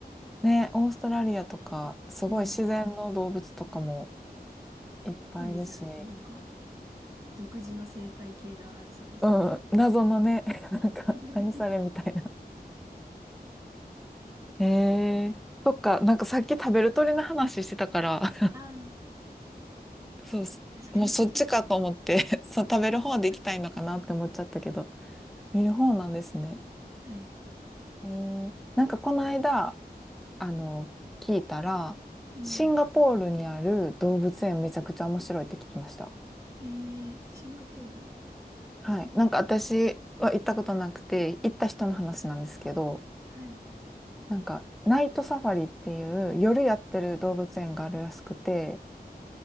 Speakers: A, in the centre; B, on the right (about 20°).
A: ね、オーストラリアとか、すごい自然の動物とかも
B: うん。
A: いっぱいいるし、
B: そうですよね。なんか、独自の生態系がありそうですよね。
A: うん、謎のね、<laughs> なんか、
B: <laughs>
A: 何それみたいな。えー、そっか、なんかさっき食べる鳥の話してたから、<laughs>
B: あ
A: そうそう、
B: あ、確かに。
A: もうそっちかと思って、<laughs> そう、
B: <laughs>
A: 食べる方で行きたいのかなって思っちゃったけど、見る方なんですね。
B: はい。
A: えー、なんかこの間、あの、聞いたら、
B: うん。
A: シンガポールにある動物園めちゃくちゃ面白いって聞きました。
B: えー、シンガポール
A: はい。なんか私は行ったことなくて、行った人の話なんですけど、
B: はい。
A: なんか、ナイトサファリっていう夜やってる動物園があるらしくて、